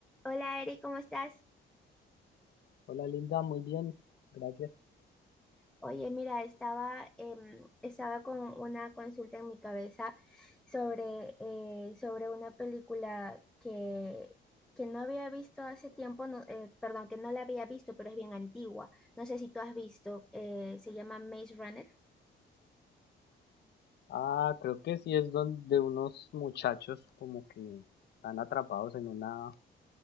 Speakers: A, in the centre; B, on the left.
A: Hola Eri, ¿cómo estás?
B: Hola Linda, muy bien, gracias.
A: Oye, mira, estaba, em, estaba con una consulta en mi cabeza sobre, eh, sobre una película que, que no había visto hace tiempo, no, eh, perdón, que no la había visto, pero es bien antigua. No sé si tú has visto, eh, se llama Maze Runner.
B: Ah, creo que sí es donde unos muchachos como que están atrapados en una,